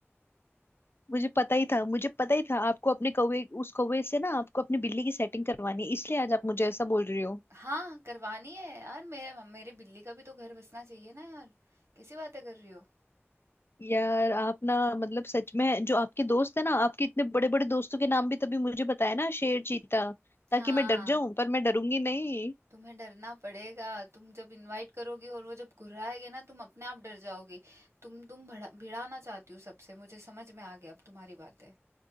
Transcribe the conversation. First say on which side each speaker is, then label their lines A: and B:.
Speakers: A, on the left; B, on the right.
A: मुझे पता ही था मुझे पता ही था आपको अपने कौवे उस कौवे से ना आपको अपनी बिल्ली की सेटिंग करवानी है इसलिए आज आप मुझे ऐसा बोल रही हो
B: हाँ करवानी है यार मेरे मेरे बिल्ली का भी तो घर बसना चाहिए ना यार कैसी बातें कर रही हो
A: यार आप ना मतलब सच में जो आपके दोस्त है ना आपके इतने बड़े बड़े दोस्तों के नाम भी तभी मुझे बताया ना शेर चीता ताकि
B: हाँ
A: मैं डर जाऊं पर मैं डरूंगी नहीं
B: तुम्हें डरना पड़ेगा तुम जब इनवाइट करोगी और वो जब घुर्राएंगे ना तुम अपने आप डर जाओगी तुम तुम भड़ा भिड़ाना चाहती हो सबसे मुझे समझ में आ गया अब तुम्हारी बातें